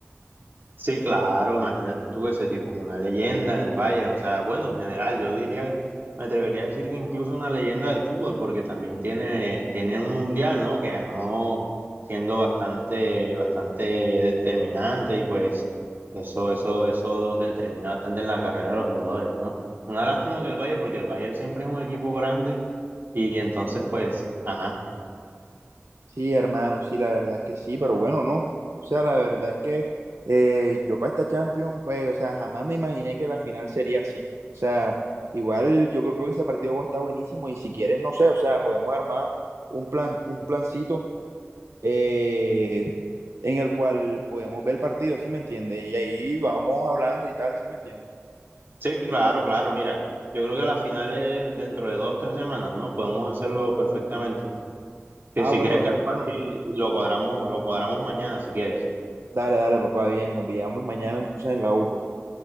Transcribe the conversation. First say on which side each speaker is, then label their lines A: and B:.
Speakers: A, on the right; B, on the right.
A: Sí, claro, imagínate tú, ese tipo es una leyenda en el Bayern, o sea, bueno, en general yo diría, me atrevería a decir que incluso una leyenda del fútbol, porque también tiene, tiene un mundial, ¿no? Que ganó siendo bastante, bastante determinante y pues eso, eso, eso determina bastante en la carrera de los jugadores, ¿no? Una lástima que el Bayern, porque el Bayern siempre es un equipo grande y entonces pues, ajá.
B: Sí, hermano, sí, la verdad es que sí, pero bueno, no. O sea, la verdad es que eh, yo para esta Champions, güey, o sea, jamás me imaginé que la final sería así. O sea, igual yo creo que ese partido va a estar buenísimo y si quieres, no sé, o sea, podemos armar un plan, un plancito eh, en el cual podemos ver el partido, ¿sí me entiendes? Y ahí vamos hablando y tal, ¿sí me entiendes?
A: Sí, claro, claro, mira, yo creo que la final es dentro de dos, tres semanas, ¿no? Podemos hacerlo perfectamente. Que
B: Ah,
A: si
B: bueno,
A: quieres
B: dale,
A: que
B: hermano.
A: lo cuadramos, lo cuadramos mañana si quieres.
B: Dale, dale, papá, bien, nos veamos mañana entonces en la U, pues.